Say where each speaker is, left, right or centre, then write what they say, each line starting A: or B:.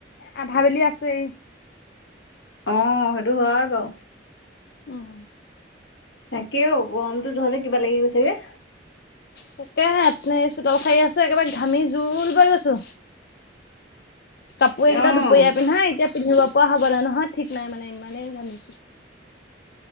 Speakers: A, on the left; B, on the left.
A: আধা বেলি আছেই।
B: আহ সেইটো হয় বাৰু।
A: উম।
B: তাকেও গৰমতো যহতে কিবা লাগি গৈছেগে।
A: তাকেহে চোতাল সাই আছো একেবাৰে ঘামি জোল বৈ গৈছো। কাপোৰ এইকেইটা
B: অঁ
A: দুপৰীয়া পিন্ধা এতিয়া পিন্ধিব- কোৱা হ'ব দে নহয় ঠিক নাই মানে ইমানেই ঘাঁমিছো।